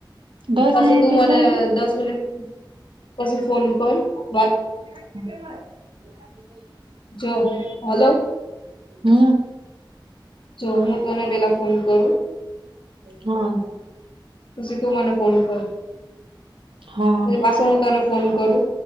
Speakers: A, on the right (about 80°); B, on the left (about 80°).
A: દસ
B: પાછો
A: મિનિટ
B: તું
A: થી
B: મને
A: થઈ
B: દસ મિનિટ પસી ફોન કર, વાત
A: હમ્મ.
B: જો, હલો
A: હમ્મ.
B: જો હું તને પેલા ફોન કરું
A: હા.
B: પસી તું મને ફોન કર.
A: હા
B: પહી પાસો હું તને ફોન કરું,